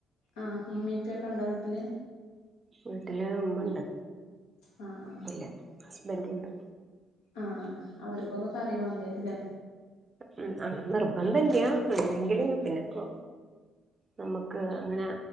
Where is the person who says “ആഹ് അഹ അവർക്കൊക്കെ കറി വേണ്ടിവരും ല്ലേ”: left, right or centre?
Left